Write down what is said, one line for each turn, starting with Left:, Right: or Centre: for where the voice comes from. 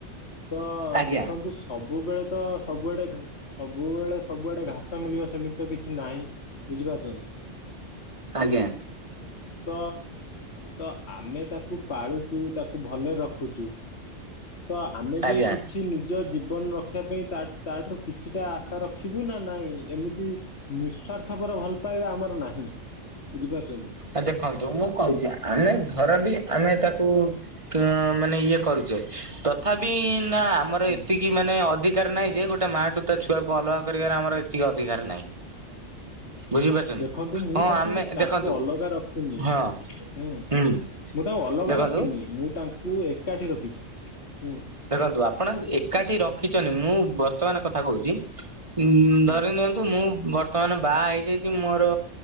Left: ତ
Right: ଆଜ୍ଞା
Left: ଦେଖନ୍ତୁ ସବୁବେଳେ ତ ସବୁଆଡେ ସବୁବେଳେ ସବୁଆଡେ ଘାସ ମିଳିବ ସେମିତି କିଛି ନାହିଁ ବୁଝିପାରୁଛନ୍ତି।
Right: ଆଜ୍ଞା
Left: ତ ତ ଆମେ ତାକୁ ପାଳୁଛୁ ତାକୁ ଭଲ ରଖୁଛୁ। ତ ଆମେ ବି
Right: ଆଜ୍ଞା।
Left: କିଛି ନିଜ ଜୀବନ ରଖି ରଖିବା ପାଇଁ ତାଠାରୁ କିଛିଟା ଆଶା ର ଦେଖିବୁ ନା ନାଇଁ। ଏମିତି ନିଃସ୍ଵାର୍ଥ ପରେ ଭଲ ପାଇବା ଆମର ନାହିଁ। ବୁଝିପାରୁଛନ୍ତି।
Right: ଆ ଦେଖନ୍ତୁ ମୁଁ କହୁଛି। ଆମେ ଧର ବି ଆମେ ତାକୁ କ ମାନେ ଇଏ କରୁଚେ ତଥାପି ନା ଆମର
Left: ହୁଁ।
Right: ଏତି କି ମାନେ ଅଧିକାର ନାହିଁ ଯେ ଗୋଟେ ମାଠୁ ତା ଛୁଆକୁ ଅଲଗା କରିବାର ଆମର ଏତିକି ଅଧିକାର ନାହିଁ। ବୁଝିପାରୁଛନ୍ତି
Left: ଦେଖନ୍ତୁ ମୁଁ
Right: ହଁ
Left: ତାଙ୍କୁ
Right: ଆମେ
Left: ତାଙ୍କୁ
Right: ଦେଖନ୍ତୁ
Left: ଅଲଗା ରଖିନି। ଇ ଉଁ
Right: ହଁ
Left: ମୁଁ
Right: ହୁଁ
Left: ତାଙ୍କୁ ଅଲଗା
Right: ଦେଖନ୍ତୁ
Left: ରଖିନି ମୁଁ ତାଙ୍କୁ ଏ ଏକାଠି ରଖିଛି ହୁଁ।
Right: ଦେଖନ୍ତୁ ଆପଣ ଏକାଠି ରଖିଚନ୍ତି ମୁଁ ବର୍ତ୍ତମାନ କଥା କହୁଚି। କିନ୍
Left: ହୁଁ
Right: ଧରିନିଅନ୍ତୁ ମୁଁ ବର୍ ତ ମାନେ ବାହା ହେଇଯାଇଚି ମୋର